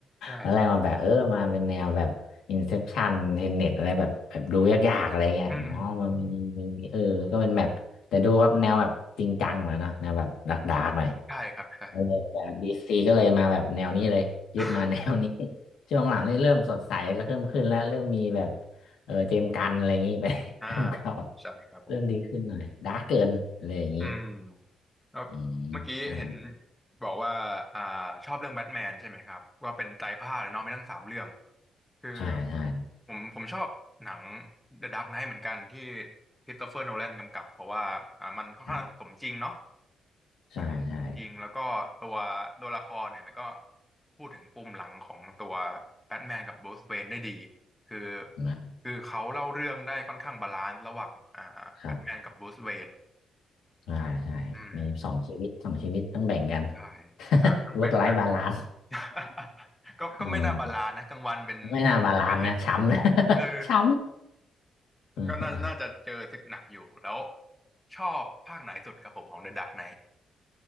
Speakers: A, in the centre; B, on the left.
A: ใช่
B: ตอนแรกมาแบบเออมาเป็นแนวแบบ Inception เทนเน็ตอะไรแบบแบบดูยากๆอะไรเงี้ยอ๋อมันมีมีมีเออก็เป็นแบบแต่ดูครับแนวแบบจริงจังหน่อยเนอะแนวแบบดาร์กๆหน่อย
A: อืมใช่ครับใช่
B: เออแบบดีซีก็เลยมาแบบแนวนี้เลยยึดมาแนวนี้
A: <laughs>
B: <laughs> ช่วงหลังนี่เริ่มสดใสก็เริ่มขึ้นแล้วเริ่มมีแบบเออเจมส์กันอะไรอย่างนี้ไป <laughs>
A: อ่า
B: กำกับ
A: ใช่ครับผม
B: เริ่มดีขึ้นหน่อยดาร์กเกินอะไรอย่างนี้
A: อืม แล้วเมื่อกี้เห็น
B: อืมอ่า
A: บอกว่าอ่าชอบเรื่องแบทแมนใช่ไหมครับว่าเป็นไตรภาคเลยเนาะไม่ทั้งสามเรื่องคือ
B: ใช่ใช่
A: ผมผมชอบหนัง The Dark Knight เหมือนกันที่ค h ตส s t เฟอร์โนแลนกำกับเพราะว่าอ่ามันค่อนข้างสมจริงเนาะ
B: ครับใช่ใช่
A: ค่อนข้างสมจริงแล้วก็ตัวตัวละครเนี่ยมันก็พูดถึงปมหลังของตัวแบทแมนกับ Bruce Wayne ได้ดีคือ
B: นะ
A: คือเขาเล่าเรื่องได้ค่อนข้างบาลานซ์ระหว่างอ่าแบทแมนกับบ
B: ครับ
A: r ู c เ w a
B: ใช่ใช่
A: อืม
B: มีสองชีวิตสองชีวิตต้องแบ่งกัน
A: ใช่อ่าต้องแบ่งกัน
B: <laughs> work life balance
A: <laughs> ก็ก็ไม่น่าบาลานซ์นะกลางวันเป็น
B: เออไม่น่าบาลานซ์นะช้ำนะ
A: เป็น
B: <laughs>
A: เออ
B: ช้ำ
A: ก็น่าน่าจะเจอศึกหนักอยู่แล้วชอบภาคไหนสุดครับผมของ The Dark Knight